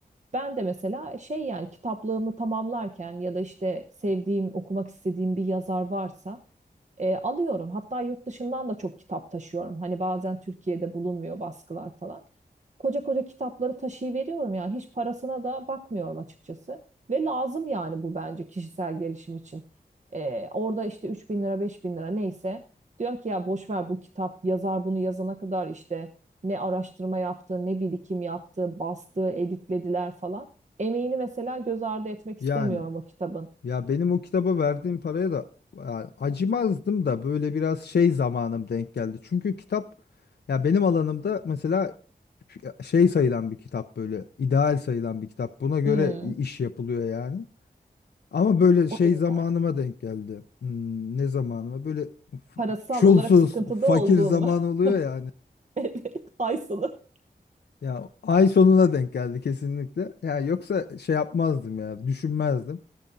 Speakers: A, on the right; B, on the left.
A: Ben de mesela şey yani kitaplığımı tamamlarken ya da işte sevdiğim, okumak istediğim bir yazar varsa e, alıyorum. Hatta yurt dışından da çok kitap taşıyorum. Hani bazen Türkiye'de bulunmuyor baskılar falan. Koca koca kitapları taşıyıveriyorum yani. Hiç parasına da bakmıyorum açıkçası. Ve lazım yani bu bence kişisel gelişim için. E, orada işte 3000 bin lira, 5000 bin lira neyse. Diyorum ki ya boş ver bu kitap. Yazar bunu yazana kadar işte ne araştırma yaptı, ne birikim yaptı, bastı, editlediler falan. Emeğini mesela göz ardı etmek
B: <laughs> yani
A: istemiyorum o kitabın.
B: ya benim o kitaba verdiğim paraya da ya acımazdım da böyle biraz şey zamanım denk geldi. Çünkü kitap ya benim alanımda mesela şey sayılan bir kitap böyle ideal sayılan bir kitap. Buna göre
A: Hmm,
B: i- iş yapılıyor yani. Ama böyle şey
A: o yüzden.
B: zamanıma denk geldi. Hmm, ne zamanıma? Böyle f-
A: Parasal
B: çulsuz,
A: olarak sıkıntıda
B: fakir
A: olduğun
B: zaman
A: mu?
B: oluyor
A: <laughs>
B: yani.
A: Evet, ay sonu.
B: Ya ay sonuna denk geldi kesinlikle. Ya yoksa şey yapmazdım ya, düşünmezdim.